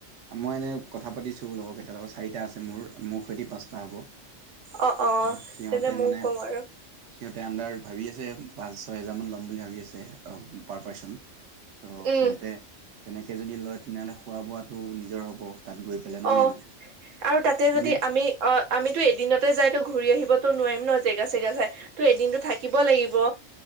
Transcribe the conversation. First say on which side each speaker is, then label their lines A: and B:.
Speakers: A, on the right; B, on the right.
A: মই এনে, কথা পাতিছোঁ লগৰ কেইটা লগত, চাৰিটা আছে মোৰ, মোৰ সৈতে পাঁচটা হ'ব।
B: অঁ অঁ
A: ত সিহঁতে
B: তেন্তে ময়ও
A: মানে
B: কম আৰু।
A: সিহঁতে অন্দাৰ ভাবি আছে, পাঁচ ছয় হেজাৰ মান ল'ম বুলি ভাবি আছে, পাৰ পাৰ্চন। ত'
B: উম
A: সিহঁতে, তেনেকে যদি লয়, তেনেহলে খোৱা বোৱটো নিজৰ হব, তাত গৈ। পেলাই নহয়
B: অঁ
A: জানো
B: আৰু তাতে যদি
A: মানে
B: আমি- অঁ আমিতো এদিনতে যাই ঘূৰি আহিবতো নোৱাৰিম ন জেগা চেগা চাই। তো, এদিনটো থাকিব লাগিব।